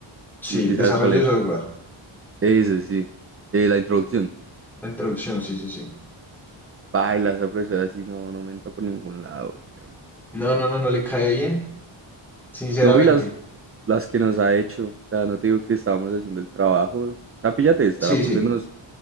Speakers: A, in the centre; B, on the right.
A: Sí,
B: Sí, sí, ¿sabes
A: desarrollo
B: cuál es?
A: de software.
B: Ese, sí. Eh, la introducción.
A: La introducción, sí, sí, sí.
B: Baila, esa profesora así no, no me entra por ningún lado, perro. Uy,
A: No,
B: no.
A: no, no, no le cae bien, sinceramente.
B: No, y las, las que nos ha hecho. O sea, no te digo que estábamos haciendo el trabajo. O sea, píllate esta,
A: Sí,
B: la profe
A: sí,
B: nos,